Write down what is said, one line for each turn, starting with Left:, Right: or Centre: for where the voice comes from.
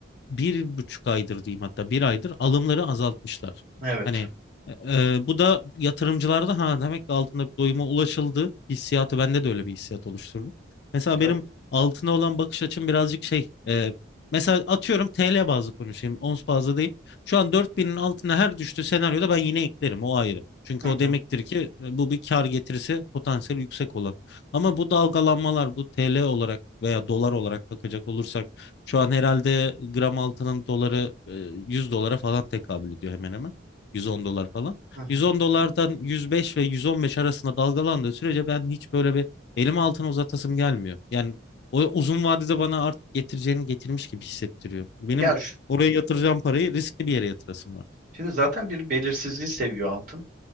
Left: bir buçuk aydır diyeyim hatta bir aydır alımları azaltmışlar.
Right: Evet.
Left: Hani e, e, bu da yatırımcılarda ha demek ki altında bir doyuma ulaşıldı hissiyatı bende de öyle bir hissiyat oluşturdu. Mesela
Right: Ya-
Left: benim altına olan bakış açım birazcık şey e, mesela atıyorum TL bazlı konuşayım ons bazlı değil. Şu an dört binin altına her düştüğü senaryoda ben yine eklerim o ayrı. Çünkü
Right: Hı
Left: o
Right: hı,
Left: demektir ki e, bu bir kar getirisi potansiyeli yüksek olan. Ama bu dalgalanmalar bu TL olarak veya dolar olarak bakacak olursak şu an herhalde gram altının doları e, 100 dolara falan tekabül ediyor hemen hemen. yüz on dolar falan.
Right: hı
Left: yüz
Right: hı.
Left: on dolardan 105 ve 115 arasında dalgalandığı sürece ben hiç böyle bir elimi altına uzatasım gelmiyor. Yani o uzun vadede bana artık getireceğini getirmiş gibi hissettiriyor. Benim
Right: Ya şu-
Left: oraya yatıracağım parayı riskli bir yere yatırasım var.
Right: şimdi zaten bir belirsizliği seviyor altın.